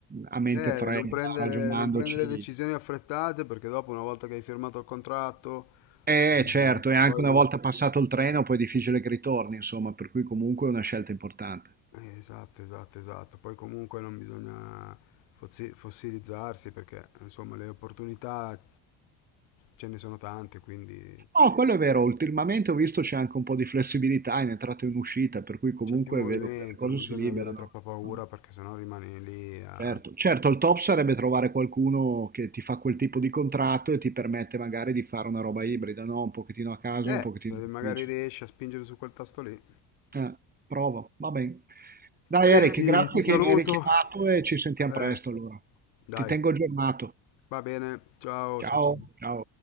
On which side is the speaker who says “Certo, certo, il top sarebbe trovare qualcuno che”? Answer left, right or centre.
Right